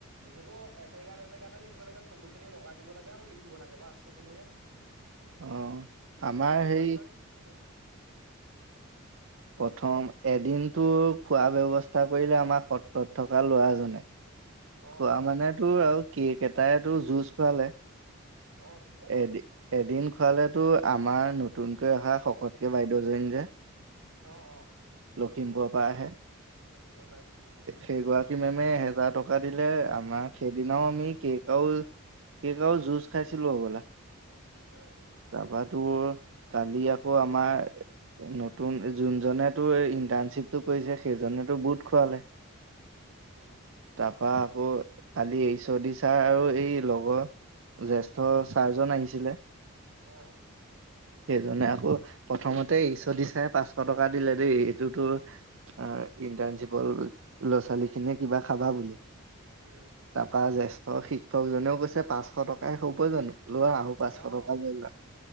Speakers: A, on the right (about 90°); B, on the right (about 60°).
A: যিহেতু এপেগাফ এপেগাফহে লিখিব লাগে, ফটোখিনি লগাই দিব লাগে আৰু লিখিব লাগে। বাছ, সেইখিনিহে।
B: অ' আমাৰ
A: সেইকাৰণে
B: সেই
A: মই ইমান উম, ক
B: প্ৰথম এদিনতো খোৱা ব্যৱস্থা কৰিলে আমাৰ সত্ৰত থকা ল'ৰাজনে
A: অ
B: খোৱা
A: অ
B: মানে টো আৰু কেক এটাইটো জুচ খোৱালে
A: অ ঠিকে আছে
B: এদ-এদিন ফালেতো আমাৰ নতুনকৈ অহা শকতকে বাইদেউজনী যে
A: অ', অ',
B: লখিমপুৰৰ পা আহে।
A: গম পাইছো।
B: সেই গৰাকী মেমে এহেজাৰ টকা দিলে আমাক সেইদিনাও আমি কেকও কেক আৰু জুস খাইছিলো হ'বলা।
A: অ'।
B: তাৰপা তোৰ কালি আকৌ আমাৰ নতুন যোন জনে টোৰ এই ইন্টাৰ্নশিপটো কৰিছে সেইজনেটো বহোত খোৱালে।
A: উম।
B: তাৰপৰা আকৌ কালি এইচ অ ডি ছাৰ আৰু এই লগ জ্যেষ্ঠ চাৰ জন আহিছিলে।
A: উম।
B: সেইজনে আকৌ প্ৰথমতে <unintelligible> চাৰে পাঁচশ টকা দিলে দেই। <unintelligible> ইন্টাৰ্নশিপৰ ল'ৰা ছোৱালী খিনিয়ে কিবা খাবা বুলি।
A: উম
B: তাৰপা জ্যেষ্ঠ শিক্ষকজনেও কৈছে পাঁচশ টকাৰে হ'ব জানো? লোৱা, আৰু পাঁচশ
A: আহ
B: টকা লৈ লোৱা।